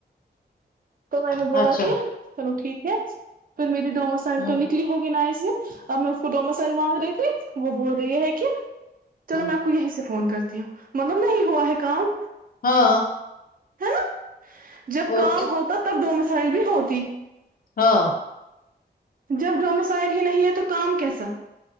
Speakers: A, on the right (about 55°); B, on the left (about 55°).
A: تو میں نے
B: نہیں
A: بولا
B: اچھا
A: کیا چلو ٹھیک ہے پھر میری دو مسائل
B: ہوں
A: تو نکلی ہوگی نا اس اب میں اس کو تو مسائل مانگ رہے تھے وہ بول رہی ہے کیا چلو
B: ہوں
A: میں آپ کو یہیں سے فون کرتا ہوں مطلب نہیں ہوا ہے کام
B: ہاں
A: ہاں جب
B: اور
A: کام
B: کیا
A: ہوتا تب دو میں سے سائل بھی ہوتی
B: ہاں
A: جب ڈومسائل ہی نہیں ہے تو کام کیسا؟